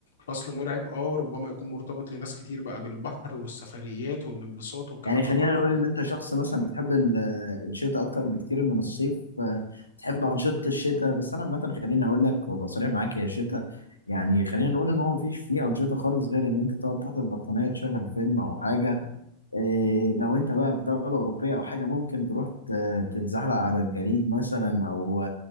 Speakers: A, on the left (about 65°); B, on the left (about 85°).
A: فصل مرعب اه ربما يكون مرتبط لناس كتير بقى بالبحر والسفريات والانبساط والكلام
B: يعني خلينا
A: ده كله
B: نقول ان انت شخص مثلا بتحب ال- آه، الشتاء اكتر بكتير من الصيف آه، تحب انشطة الشتاء بس انا عامة خليني اقول لك وابقى صريح معاك يا الشتاء يعني خلينا نقول ان هو مفيش فيه انشطة خالص غير ان انت تقعد تحت البطانية تشغل فيلم او حاجة إيه لو انت بقى في دولة أوروبية أو حاجة ممكن تروح ت- تتزحلق على الجليد مثلا أو